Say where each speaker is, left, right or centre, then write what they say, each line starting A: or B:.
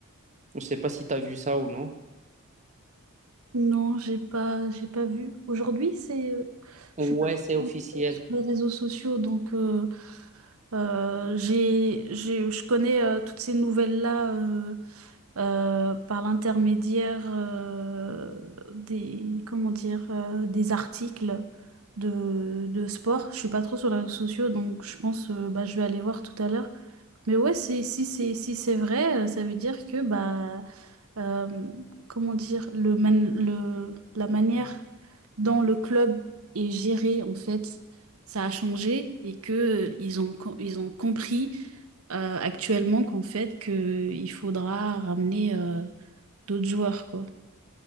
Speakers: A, on the right; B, on the right.
A: Je ne sais pas si tu as vu ça ou non.
B: Non, j'ai pas, j'ai pas vu. Aujourd'hui, c'est, euh, je
A: Ouais,
B: suis pas
A: c'est
B: trop
A: officiel.
B: sur les réseaux sociaux, donc euh, euh, j'ai, j'ai, je connais euh, toutes ces nouvelles-là euh, euh, par l'intermédiaire euh, des, comment dire, euh, des articles de, de sport. Je suis pas trop sur les réseaux sociaux, donc je pense euh, bah, je vais aller voir tout à l'heure. Mais ouais, c'est, si c'est si c'est vrai, euh, ça veut dire que bah euh, comment dire, le man- le, la manière dont le club est géré, en fait, ça a changé et que euh, ils ont, co- ils ont compris euh, actuellement qu'en fait, que il faudra ramener euh, d'autres joueurs, quoi.